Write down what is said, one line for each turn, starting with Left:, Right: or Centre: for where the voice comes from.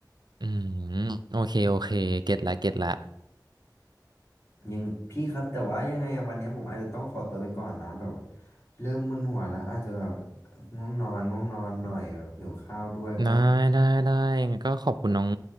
Right: อืมโอเคโอเคเก็ตละเก็ตละ
Left: ยังพี่ครับแต่ว่ายังไงอะวันนี้ผมอาจจะต้องขอตัวไปก่อนนะแบบว่าเริ่มมึนหัวแล้วอาจจะแบบง่วงนอนง่วงนอนหน่อยแบบหิวข้าวด้วยก็
Right: ได้ได้ได้ยังไงก็ขอบคุณน้อง